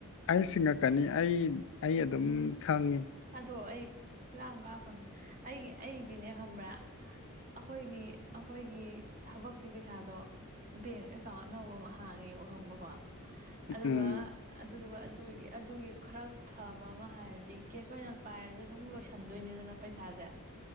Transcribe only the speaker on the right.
ꯑꯗꯣ ꯑꯩ ꯌꯥꯝ ꯀꯥꯎꯞꯈ꯭ꯔꯕ ꯑꯩꯒꯤ ꯑꯩꯗꯤꯅꯦ ꯈꯪꯕ꯭ꯔꯥ ꯑꯩꯈꯣꯏꯒꯤ ꯑꯩꯈꯣꯏꯒꯤ ꯊꯕꯛꯀꯤ ꯄꯩꯁꯥꯗꯣ ꯕꯦꯡ ꯑꯦꯀꯥꯎꯟ ꯑꯅꯧꯕ ꯑꯃ ꯍꯥꯡꯉꯦ ꯕ ꯈꯪꯕ꯭ꯔꯣꯀꯣ ꯑꯗꯨꯒ
ꯑꯗꯨꯗꯨꯒ ꯑꯗꯨ ꯑꯗꯨꯒꯤ ꯈꯔ ꯐꯕ ꯑꯃ ꯍꯥꯏꯔꯗꯤ ꯀꯦꯁ ꯑꯣꯏꯅ ꯄꯥꯏꯔꯗ ꯑꯗꯨꯝ ꯂꯣꯏꯁꯟꯗꯣꯏꯅꯤꯗꯅ ꯄꯩꯁꯥꯁꯦ